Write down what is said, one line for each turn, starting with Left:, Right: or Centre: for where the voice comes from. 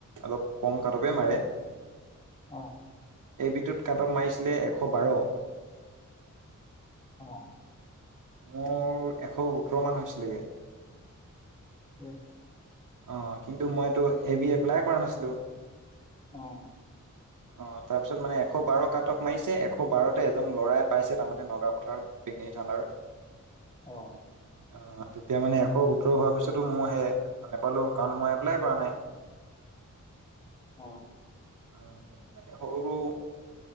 Right: অলপ কম কাটৱে মাৰে।
Left: অঁ!
Right: এ বিটোত কাটব মাৰিছিলে- এশ বাৰ।
Left: অঁ!
Right: মোৰ এশ সোতৰ মান হৈছিলেগে।
Left: উম!
Right: অ, কিন্তু মইতো এবি এপ্লাই কৰা নাছিলো।
Left: আহ
Right: অ তাৰপিছত মানে এশ বাৰ কাটক মাৰিছে এশ বাৰতে এজন লৰাই পাইছে তাৰমানে নগাও পথাৰত পিঙি থানাৰ
Left: অঁ
Right: অ তেতিয়া মানে এশ সোতৰ হোৱাৰ পিছতো মই সে নোপালো কাৰণ মই এপ্লাই কৰা নাই।
Left: অ
Right: এই বিলাক সৰু সৰু